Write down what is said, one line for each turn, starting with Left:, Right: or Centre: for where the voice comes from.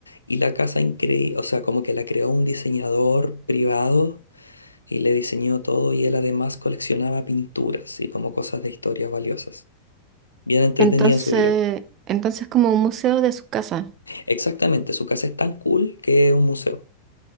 Left: y la casa increíble, o sea, como que la creó un diseñador privado y le diseñó todo y él además coleccionaba pinturas y como cosas de historias valiosas. Bien entretenida
Right: Entonces,
Left: su vida.
Right: entonces como un museo de su casa.
Left: Exactamente, su casa es tan cool que es un museo.